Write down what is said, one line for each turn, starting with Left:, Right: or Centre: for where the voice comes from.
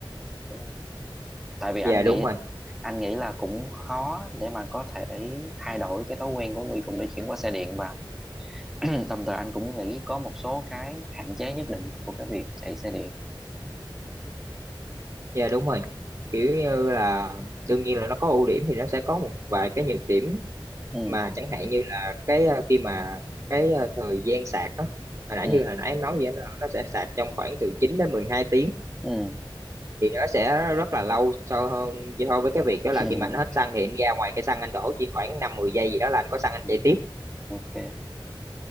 Centre: đúng không? tại vì anh
Right: dạ đúng
Centre: nghĩ
Right: rồi
Centre: anh nghĩ là cũng khó để mà có thể thay đổi cái thói quen của người dùng để chuyển qua xe điện và <clears throat> đồng thời anh cũng nghĩ có một số cái hạn chế nhất định của cái việc chạy xe điện
Right: dạ đúng rồi kiểu như là đương nhiên là nó có ưu điểm thì nó sẽ có một vài cái nhược điểm
Centre: ừ
Right: mà chẳng hạn như là cái ờ, khi mà cái ờ, thời gian sạc á hồi nãy
Centre: ừ
Right: như hồi nãy em nói vậy nó, nó sẽ sạc trong khoảng từ 9 đến 12 tiếng
Centre: ừ
Right: thì nó sẽ rất là lâu so hơn với- so với cái việc đó là
Centre: <laughs>
Right: khi mà anh hết xăng thì anh ra ngoài cái xăng anh đổ chỉ khoảng 5 10 giây gì đó là anh có xăng anh
Centre: Ừ,
Right: chạy tiếp
Centre: ok